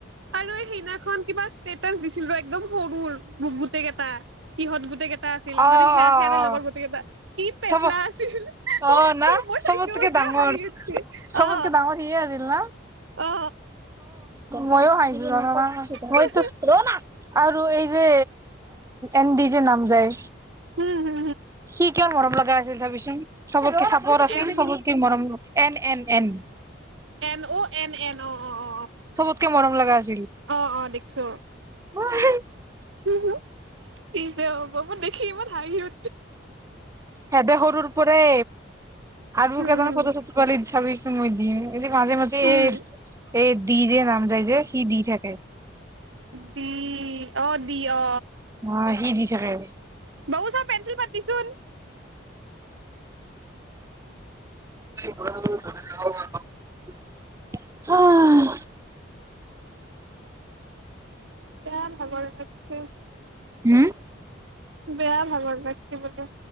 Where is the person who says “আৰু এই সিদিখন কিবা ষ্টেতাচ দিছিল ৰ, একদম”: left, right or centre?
Right